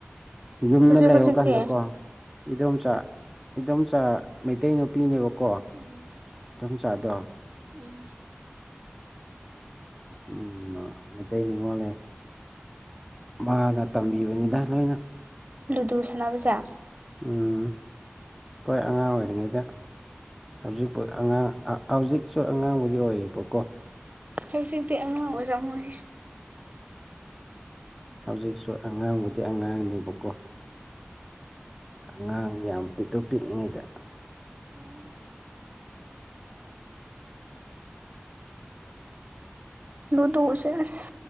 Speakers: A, in the centre; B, on the right.
A: ꯌꯨꯝꯗ
B: ꯍꯧꯖꯤꯛ
A: ꯂꯩꯕꯀꯥꯟꯗꯀꯣ
B: ꯍꯧꯖꯤꯛꯇꯤ
A: ꯏꯗꯣꯝꯆꯥ ꯏꯗꯣꯝꯆꯥ ꯃꯩꯇꯩ ꯅꯨꯄꯤꯅꯦꯕꯀꯣ
B: ꯎꯝ
A: ꯏꯟꯗꯣꯝꯆꯥꯥꯗꯣ
B: ꯎꯝ
A: ꯎꯝ ꯃꯩꯇꯩ ꯅꯤꯉꯣꯜꯂꯦ ꯃꯥꯅ ꯇꯝꯕꯤꯕꯅꯤꯗ ꯂꯣꯏꯅ
B: ꯂꯨꯗꯨ ꯁꯥꯟꯅꯕꯖꯦ
A: ꯎꯝ ꯍꯣꯏ ꯑꯉꯥꯡ ꯑꯣꯏꯔꯤꯉꯩꯗ ꯍꯧꯖꯤꯛꯄꯨ ꯑꯉꯥꯡ ꯍꯧꯖꯤꯛꯁꯨ ꯑꯉꯥꯡꯕꯨꯗꯤ ꯑꯣꯏꯌꯦꯕꯀꯣ
B: ꯍꯧꯖꯤꯛꯇꯤ ꯑꯉꯥꯡ ꯑꯣꯏꯔꯝꯃꯣꯏ
A: ꯍꯧꯖꯤꯛꯁꯨ ꯑꯉꯥꯡꯕꯨꯗꯤ ꯑꯉꯥꯡꯅꯦꯕꯀꯣ ꯑꯉꯥꯡ ꯌꯥꯝ ꯄꯤꯛꯇꯨꯛ ꯄꯤꯛꯏꯉꯩꯗ
B: ꯑꯣ ꯂꯨꯗꯨꯁꯦ ꯑꯁ